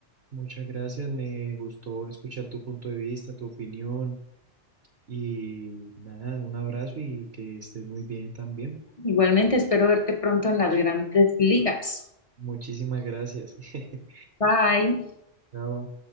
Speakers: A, on the right; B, on the left.
A: Muchas gracias, me gustó escuchar tu punto de vista, tu opinión. Y nada, un abrazo y que estés muy bien también.
B: Igualmente espero verte pronto en las grandes ligas.
A: Muchísimas gracias. <laughs>
B: Bye.
A: Chao.